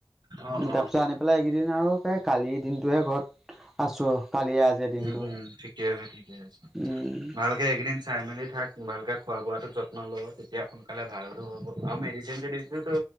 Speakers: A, on the right; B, in the centre.
A: অ', অ',
B: তাৰপিছত আনি পেলাই এইকেইদিন আও সে কালিৰ দিনতটোহে ঘৰত আছো। কালিয়ে আজিৰ দিনটো
A: উম উম ঠিকে আছে ঠিকে আছে
B: উম
A: ভালকে এইকেইদিন চাই মেলি থাক ভালকে খোৱা বোৱাটো যত্ন ল তেতিয়া সোনকালে ভাল হ'ব আৰু মেডিচিন চেডিচিনটো